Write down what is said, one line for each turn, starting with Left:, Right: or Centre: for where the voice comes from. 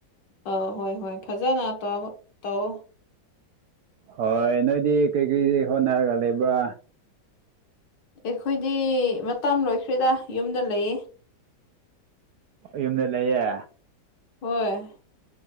Left: ꯑꯥ ꯍꯣꯏ ꯍꯣꯏ ꯐꯖꯅ ꯇ ꯇꯧꯑꯣ꯫
Right: ꯍꯣꯏ ꯅꯣꯏꯗꯤ ꯀꯔꯤꯀꯔꯤ ꯍꯣꯠꯅꯔꯒ ꯂꯩꯕ꯭ꯔꯥ
Left: ꯑꯩꯈꯣꯏꯗꯤ ꯃꯇ ꯂꯣꯏꯈ꯭ꯔꯦꯗ ꯌꯨꯝꯗ ꯂꯩꯌꯦ꯫
Right: ꯌꯨꯝꯗ ꯂꯩꯌꯦ꯫
Left: ꯍꯣꯏ